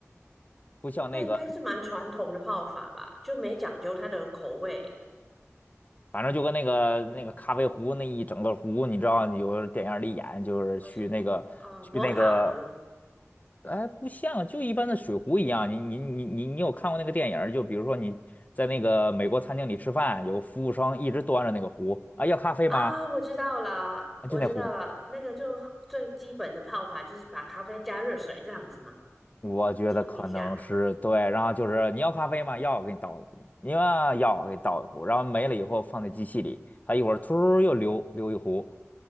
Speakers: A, on the left; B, in the centre.
A: 不像那个，
B: 那应该是蛮传统的泡法吧，就没讲究它的口味。
A: 反正就跟那个那个咖啡壶那一整个壶，
B: 嗯，
A: 你知道，你有电影里演，就是去那个去那个
B: 哦什么啊，摩卡壶嘛，
A: 哎，不像，就一般的水壶一样。你你你你你有看过那个电影儿就比如说你在那个美国餐厅里吃饭，有服务生一直端着那个壶啊，要咖啡吗？
B: 啊，我知道了，
A: 啊，
B: 我知道了，
A: 就那壶。
B: 那个就最基本的泡法就是把咖啡加热水这样子嘛，
A: 我觉得可能是对，
B: 冲一下。
A: 然后就是你要咖啡吗？要，我给你倒一壶。你要，要，我给你倒一壶。
B: 嗯
A: 然后没了以后放在机器里，它一会儿突儿又流流一壶，